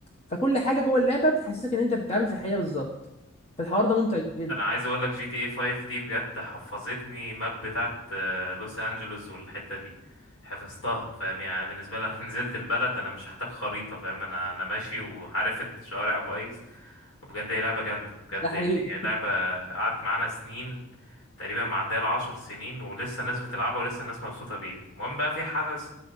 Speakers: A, on the left; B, on the left.
A: فكل حاجه جوه اللعبه بتحسسك ان انت بتتعامل في الحقيقه بالظبط فالحوار ده ممتع جدا
B: انا عايز اقول لك جي تي اي 5 دي بجد حفظتني ماب بتاعت آه، لوس انجلوس والحتة دي حفظتها فاهم يعني أنا بالنسبة لي لو <laughs> نزلت البلد انا مش هحتاج خريطة فاهم انا انا ماشي وعارف الشوارع كويس وبجد هي لعبة جامدة بجد
A: ده حقيقي
B: يعني هي لعبة قعدت معانا سنين تقريبا معدية العشر سنين ولسه الناس بتلعبها ولسه الناس مبسوطة بيها المهم بقى في حدث